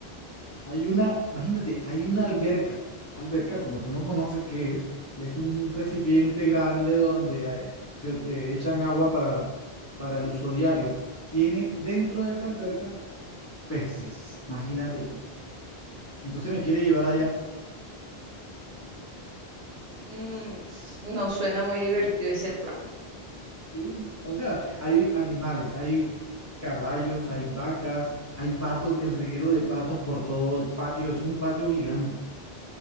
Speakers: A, on the left (about 25°); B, on the right (about 75°).
A: Hay una, imagínate, hay una alberca. Alberca, como tú no conoces qué es, es un recipiente grande donde eh, se eh, echan agua para, para el uso diario. Tienen dentro de esa alberca peces, imagínate tú. Entonces me quiere llevar allá.
B: Mm, no suena muy divertido ese plan.
A: Sí, o sea, hay animales, hay caballos, hay vacas, hay patos, el reguero de patos por todo el patio, es un patio gigante.